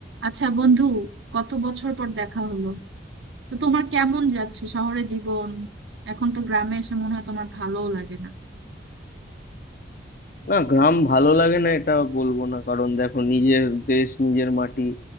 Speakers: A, on the right (about 85°); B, on the left (about 50°).
A: আচ্ছা বন্ধু কত বছর পর দেখা হলো তো তোমার কেমন যাচ্ছে শহরে জীবন এখন তো গ্রামে এসে মনে হয় তোমার ভালোও লাগে না
B: না গ্রাম ভালো লাগে না এটা বলবো না কারণ দেখো নিজের দেশ নিজের মাটি